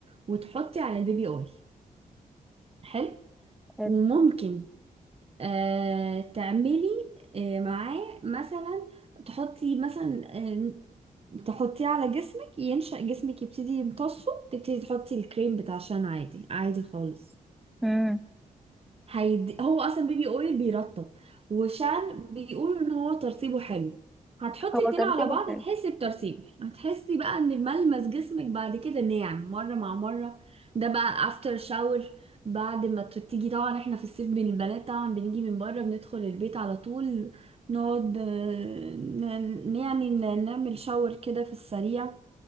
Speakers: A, on the right; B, in the centre.
A: وتحطي على البيبي اويل حلو
B: حلو
A: وممكن آه تعملي آه معاه مثلا تحطي مثلا آه تحطيه على جسمك ينشأ جسمك يبتدي يمتصه تبتدي تحطي الكريم بتاع شان عادي عادي خالص
B: مم.
A: هيدي هو اصلا بيبي اويل بيرطب وشان بيقولوا ان هو ترطيبه حلو هتحطي
B: هو
A: الاتنين
B: ترتيبه
A: على بعض
B: حلو
A: هتحسي بترطيب هتحسي بقى ان ملمس جسمك بعد كده ناعم مره مع مره ده بقى افتر شاور بعد ما ت- تيجي طبعا احنا في الصيف بين البنات طبعا بنيجي من بره بندخل البيت على طول نقعد آه، ن- يعني ن- نعمل شاور كده في السريع